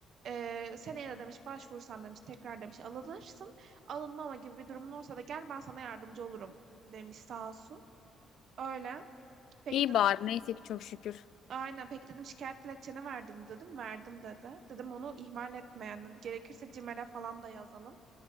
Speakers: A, on the right (about 55°); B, on the left (about 65°).
A: e, seneye de demiş başvursan demiş tekrar demiş alınırsın. Alınmama gibi bir durumun olursa da gel ben sana yardımcı olurum demiş sağ olsun. Öyle. Peki
B: İyi
A: de
B: bari neyse ki çok şükür.
A: aynen peki dedim şikayet dilekçeni verdin mi?" dedim. Verdim dedi. Dedim onu ihmal etmeyen gerekirse CİMER'e falan da yazalım.